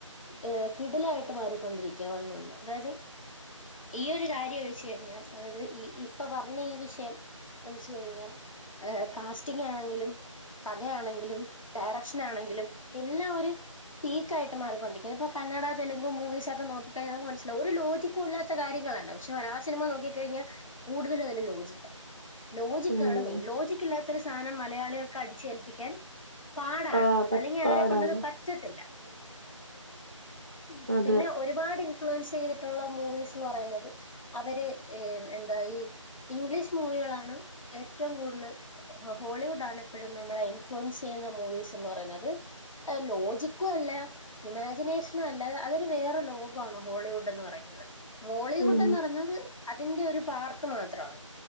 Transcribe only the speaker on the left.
ഏഹ് കിടിലായിട്ട് മാറിക്കൊണ്ടിരിക്കുവാ വന്ന് വന്ന് അതായത് ഈയൊരു കാര്യം ഒഴിചോഴിഞ്ഞാൽ അതായത് ഈ ഇപ്പൊ പറഞ്ഞ ഈ വിഷയം വ്ൾച്ചു കഴിഞ്ഞ ഏഹ് കാസ്റ്റിങ് ആണെങ്കിലും. കഥയാണെങ്കിലും ഡയറക്ഷൻ ആണെങ്കിലും എല്ലാം ഒര്. ഫീകായിട്ട് മാറിക്കൊണ്ടിരിക്ക ഇപ്പ കന്നഡ തെലുങ്ക് മൂവീസൊക്കെ നോക്കിക്കഴിഞ്ഞ നമുക്ക് മനസ്സിലാവും ഒരു ലോജികുല്ലാ ത്ത കാര്യങ്ങളാണ് പക്ഷെ മലയാള സിനിമ നോക്കി കഴിഞ്ഞ കൂടുതൽ അതിൽ ലോജിക്ക. ലോജിക്കാണ്
മെയിൻ ലോജിക്കില്ലാത്ത ഒരു സാനം മലയാളികൾക്ക് അടിച്ചേൽപ്പിക്കാൻ. പാടാണ്
അല്ലെങ്കി
അവരെ ക്കൊണ്ടത് പറ്റത്തില്ല. ഉം
പിന്നെ ഒരുപാട്- ഫ്ലുവെൻസെയ്തിട്ടുള്ള മൂവീസ്ന്ന് പറയുന്നത് അവര് എ എന്താ ഈ ഇഗ്ലീശ്. മൂവികളാണ് ഏറ്റവും കൂടുൽ ഹൊ ഹോളിവുഡാണ് എപ്പഴും നമ്മളെ ഇൻഫ്ലുവെൻസ് യ്യുന്ന മൂവീസ് എന്ന് പറയുന്നത്. അ ലോജിക്കുവല്ല. ഇമാജിനേഷനൊ അല്ല അ അതൊരു വേറെ ലോകവാണ് ഹോളിവുഡ് എന്ന് പറയുന്നത്. മോളിവുഡ്
എന്ന് പറഞ്ഞത് അതിന്റെ ഒരു പാർട്ട്‌ മാത്രാണ്